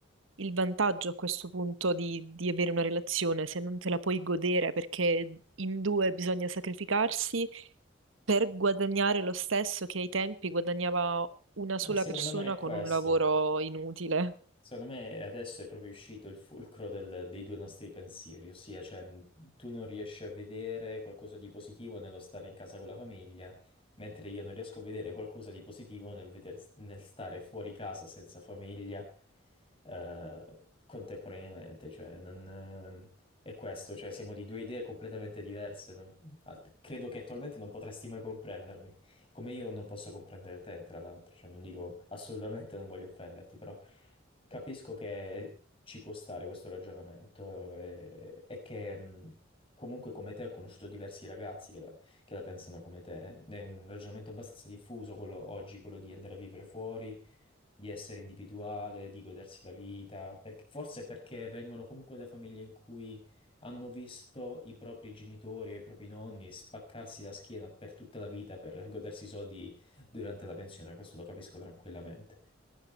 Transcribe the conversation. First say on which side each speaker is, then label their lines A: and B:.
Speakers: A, on the right (about 75°); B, on the left (about 25°).
A: il vantaggio a questo punto di, di avere una relazione se non te la puoi godere perché in due bisogna sacrificarsi per guadagnare lo stesso che ai tempi guadagnava una
B: E
A: sola
B: secondo
A: persona
B: me è questo.
A: con un lavoro inutile.
B: Secondo me adesso è proprio uscito il fulcro del- dei due nostri pensieri, ossia, cioè, mh, tu non riesci a vedere qualcosa di positivo nello stare in casa con la famiglia, mentre io non riesco a vedere qualcosa di positivo nel, veder- nel stare fuori casa senza famiglia, eh, contemporaneamente. Cioè, non, eh, è questo, cioè, siamo di due idee completamente diverse. non- ah, credo che attualmente non potresti mai comprendermi, come io non posso comprendere te, tra l'altro. Cioè, non dico assolutamente non voglio offenderti, però. Capisco che ci può stare questo ragionamento eh, e, che mh, comunque come te ho conosciuto diversi ragazzi che la, che la pensano come te. È un ragionamento abbastanza diffuso quello oggi, quello di andare a vivere fuori di essere individuale, di godersi la vita, perché- forse perché vengono comunque da famiglie in cui hanno visto i propri genitori o i propri nonni spaccarsi la schiena per tutta la vita per godersi i soldi durante la pensione, questo lo capisco tranquillamente.